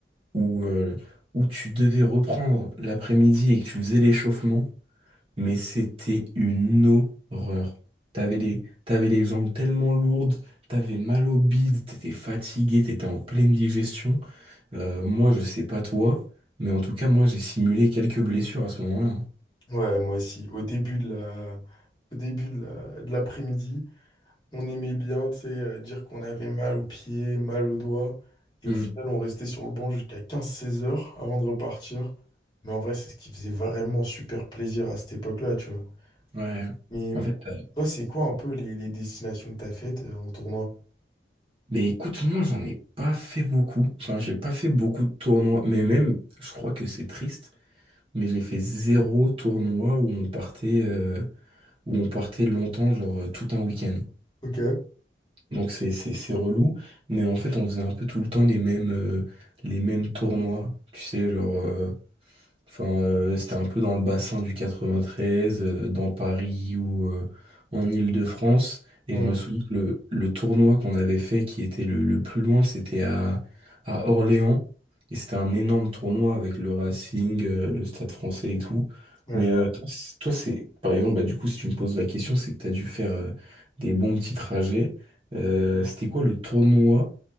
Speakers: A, on the right; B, on the left.
A: où, euh, où tu devais reprendre l'après-midi et que tu faisais l'échauffement, mais c'était une horreur. T'avais les, t'avais les jambes tellement lourdes, t'avais mal au bide, t'étais fatigué, t'étais en pleine digestion. Euh, moi, je sais pas toi, mais en tout cas, moi, j'ai simulé quelques blessures à ce moment-là. hein.
B: Ouais, moi aussi. Au début de la, au début de la- de l'après-midi, on aimait bien, tu sais, euh, dire qu'on avait mal aux pieds, mal aux doigts. Et
A: Hmm,
B: au final, on restait sur le banc jusqu'à 15-16 heures avant de repartir. Mais en vrai, c'est ce qui faisait vraiment super plaisir à cette époque-là, tu vois.
A: ouais.
B: Mais
A: En fait, euh,
B: toi, c'est quoi un peu les, les destinations que t'as faites euh, en tournoi?
A: mais écoute, moi, j'en ai pas fait beaucoup. Enfin, j'ai pas fait beaucoup de tournois, mais même, je crois que c'est triste, mais j'ai fait zéro tournoi où on partait, euh, où on partait longtemps, genre euh, tout un week-end.
B: Ok.
A: Donc c'est c'est c'est relou, mais en fait on faisait un peu tout le temps les mêmes euh, les mêmes tournois, tu sais genre euh, Enfin, euh, c'était un peu dans le bassin du 93, euh, dans Paris ou euh, en Île-de-France. Et
B: Hmm.
A: je me souviens que le, le tournoi qu'on avait fait, qui était le, le plus loin, c'était à, à Orléans. Et c'était un énorme tournoi avec le Racing, euh, le Stade français et tout.
B: Ouais,
A: Mais
B: je
A: euh,
B: vois.
A: toi, c'est, toi, c'est- par exemple, bah, du coup, si tu me poses la question, c'est que tu as dû faire euh, des bons petits trajets. Euh, c'était quoi le tournoi